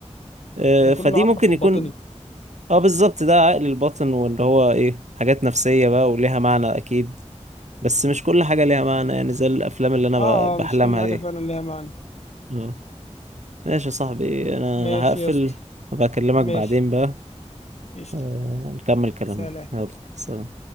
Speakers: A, on the right; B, on the left.
A: إيه
B: ده كله
A: فدي
B: عقلك
A: ممكن
B: الباطني
A: يكون اه بالظبط ده عقل الباطن وان هو ايه حاجات نفسية بقى وليها معنى اكيد بس مش كل حاجة ليها معنى يعني زي الأفلام اللي أنا
B: آه
A: ب- بحلمها
B: آه مش كل حاجة
A: دي
B: فعلا ليها معنى
A: اه ماشي يا صاحبي أنا
B: ماشي
A: هقفل
B: يا اسطى
A: وبكلمك
B: ماشي
A: بعدين بقى
B: قشطة
A: آه، نكمل كلامنا
B: سلام
A: يلا سلام